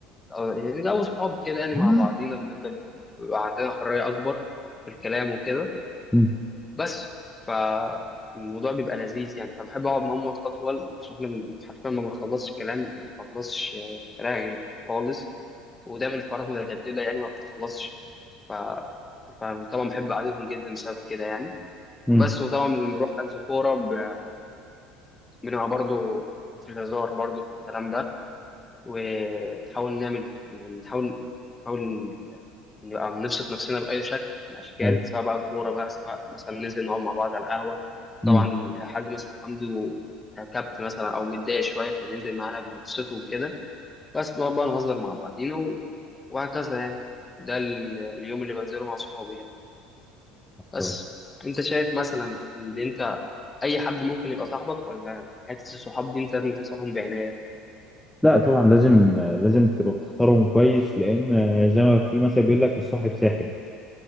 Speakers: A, on the left (about 20°); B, in the centre.
A: آه، يعني جو صحاب كده يعني
B: مم.
A: مع بعضينا بنفضل بيبقى عندنا حرية أكبر في الكلام وكده
B: مم.
A: بس فالموضوع بيبقى لذيذ يعني فبحب أقعد معاهم وقت أطول عشان إحنا حرفيا ما بنخلصش كلام ما بنخلصش آه، رغي خالص ودايما الحوارات متجددة يعني ما بتخلصش ف... فطبعا بحب قعدتهم جدا بسبب كده يعني
B: مم.
A: بس وطبعا لما بنروح حجز كورة ب- بنبقى برضه في الهزار برضه في الكلام ده ونحاول نعمل يعني نحاول نحاول نبقى نبسط نفسنا بأي شكل من الأشكال
B: ايوه
A: سواء بقى كورة بقى سواء مثلا ننزل نقعد مع بعض على القهوة
B: مم.
A: طبعا لو حد مثلا عنده كبت مثلا أو متضايق شوية فبينزل معانا بنبسطه وكده بس بنقعد بقى نهزر مع بعضينا و... وهكذا يعني ده ال- اليوم اللي بنزله مع صحابي يعني بس
B: كويس
A: أنت شايف مثلا إن أنت أي حد ممكن يبقى صاحبك ولا حتة الصحاب دي أنت لازم تختارهم بعناية
B: لا طبعا لازم لازم تبقى بتختارهم كويس لان زي ما في مثل بيقول لك الصاحب ساحب